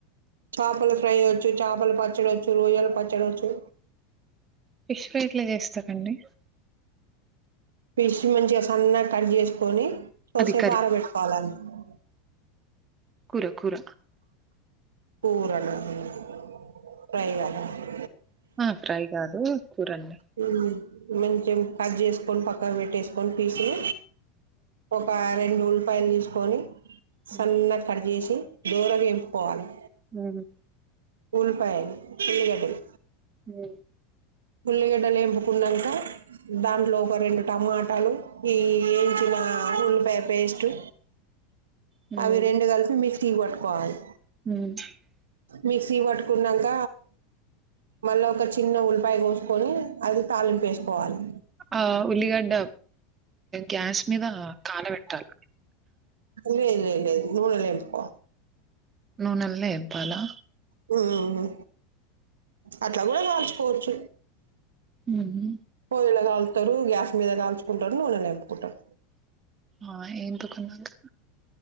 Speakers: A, on the right; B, on the right.
A: చేపలు ఫ్రై వచ్చు, చేపలు పచ్చడి వచ్చు, రొయ్యల పచ్చడి వచ్చు.
B: ఫిష్ ఫ్రై ఎట్ల చేస్తరండి?
A: పిష్ మంచిగ సన్నగా కట్ చేసుకొని, కొద్ది
B: అది
A: సేపు
B: కర్రీ
A: ఆరబెట్టుకోవాలం అ
B: కుర కూర
A: కూరలు <unintelligible>
B: ఆ ఫ్రై కాదు కూరండి
A: మ్మ్ మంచెం కట్ చేసుకొని పక్కకు పెట్టేసుకొని పీసులు ఒక రెండు ఉ ల్లిపాయలు తీసుకొని,
B: హ్మ్
A: సన్నాగ కట్ చేేసి, దోరగ ఏంపుకోవాలే.
B: మ్మ్
A: ఉల్ల్పాయలు, ఉల్లిగడ్డలు
B: అ
A: ఉల్లిగడ్డలు ఎంపుకున్నాంక దాంట్లో ఒక రెండు టమాటాలు, ఈ ఏంచిన ఉల్లిపాయ పేస్టు
B: హ్మ్
A: అవి రెండు కలిసి మి క్సీ కి పట్టుకోవాలే.
B: మ్
A: మిక్సీకి పట్టుకున్నాంక మళ్ళీ ఒక చిన్న ఉల్పాయ కోసుకొని అది తళింపు ఏసుకోవాలే.
B: ఆ ఉల్లిగడ్డ గ్యాస్ మీద కాల పెట్టాల
A: లేదు లేదు లేదు నూనెల ఏంపుకోవాలే.
B: నూనెల్నే ఏంపాలా?
A: హ్మూ అట్ల కూడ కాల్చుకోవచ్చు.
B: ఉహు
A: పొయ్యిల కాల్ తారు గ్యాస్ మీద కాల్చుకుంటారు. నూనల వేంపుకుంటరు.
B: ఆ ఎంపుకున్నాక